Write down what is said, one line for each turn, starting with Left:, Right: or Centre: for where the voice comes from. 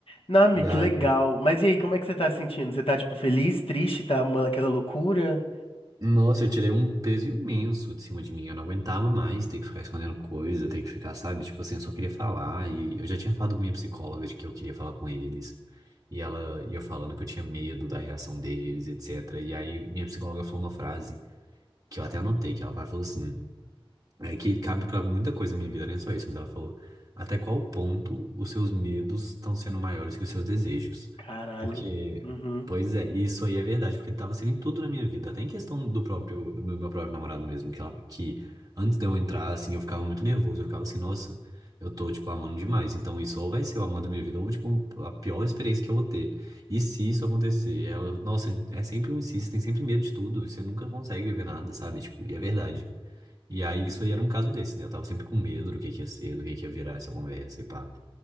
Left: Não, amigo,
Right: E aí,
Left: que legal. Mas e aí, como é que você tá se sentindo? Você tá, tipo, feliz, triste, tá uma, aquela loucura?
Right: nossa, eu tirei um peso imenso de cima de mim. Eu não aguentava mais ter que ficar escondendo coisa, ter que ficar, sabe? Tipo assim, eu só queria falar. E eu já tinha falado com minha psicóloga de que eu queria falar com eles. E ela ia falando que eu tinha medo da reação deles, etc. E aí, minha psicóloga falou uma frase que eu até anotei, que ela falou assim. É que cabe pra muita coisa na minha vida, nem só isso, mas ela falou: até qual ponto os seus medos estão sendo maiores que os seus desejos?
Left: Caralho.
Right: Porque,
Left: Uhum.
Right: pois é, e isso aí é verdade, porque tava sendo em tudo na minha vida, até em questão do próprio, do meu próprio namorado mesmo, que, ela, que antes de eu entrar, assim, eu ficava muito nervoso, eu ficava assim, nossa, eu tô, tipo, amando demais, então isso ou vai ser o amor da minha vida, ou, tipo, a pior experiência que eu vou ter. E se isso acontecer? Ela, nossa, é sempre um se, você tem sempre medo de tudo, você nunca consegue ver nada, sabe? Tipo, e é verdade. E aí, isso aí era um caso desse, né? Eu tava sempre com medo do que que ia ser, do que que ia virar essa conversa e pá.